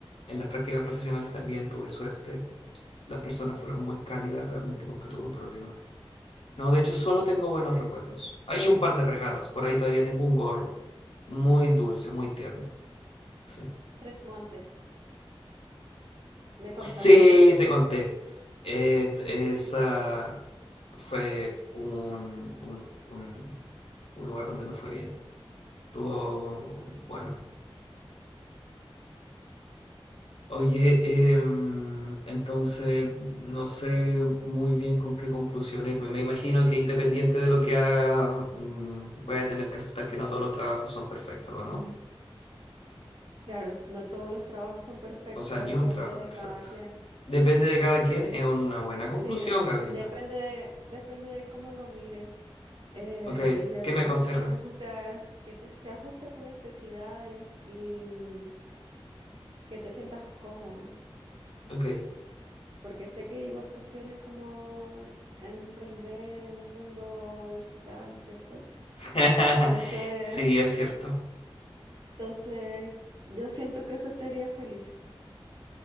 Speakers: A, on the left; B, on the right.
A: En las prácticas profesionales también tuve suerte. Las personas fueron muy cálidas, realmente nunca tuve un problema. No, de hecho, solo tengo buenos recuerdos. Hay un par de regalos, por ahí todavía tengo un gorro. Muy dulce, muy tierno. Sí.
B: Tres Montes, me contaste.
A: Sí, te conté. Eh, t- esa fue un, un, un- un lugar donde me fue bien. Estuvo bueno. Oye, em, entonces no sé muy bien con qué conclusión irme. Me imagino que independiente de lo que haga, mm, voy a tener que aceptar que no todos los trabajos son perfectos, ¿o ¿no?
B: Claro, no todos los trabajos son perfectos,
A: O sea, ni
B: depende
A: un trabajo
B: de
A: es perfecto.
B: cada quien.
A: Depende de cada quien, es una buena
B: Sí,
A: conclusión, Gabriela.
B: depende de, depende de cómo lo mires eh,
A: Ok,
B: y a
A: ¿qué
B: lo
A: me aconsejas?
B: que se ajusta, que te, se ajuste a tus necesidades y que te sientas cómodo,
A: Ok.
B: porque sé que igual tú quieres como emprender en un mundo digital, ¿cierto?
A: <laughs>
B: Entonces,
A: Sí, es cierto.
B: entonces yo siento que eso te haría feliz